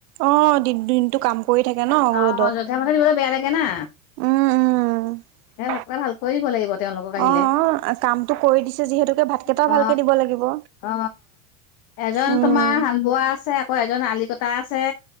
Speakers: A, on the right (about 80°); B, on the left (about 45°).
A: অ, দিন দিনটো কাম কৰি থাকে ন
B: অ
A: ৰ'দত।
B: যধে মধে দিবলৈ বেয়া লাগে না।
A: উম উম।
B: এ ভাতকেইটা ভালকৈয়ে দিব লাগিব। তেওঁলোকক আহিলে
A: অ কামটো কৰি দিছে যিহেতুকে ভাতকেইটাও
B: অ
A: ভালকে দিব লাগিব।
B: অ এজন
A: উম,
B: তোমাৰ হাল বোৱা আছে, আকৌ এজন আলি কটা আছে।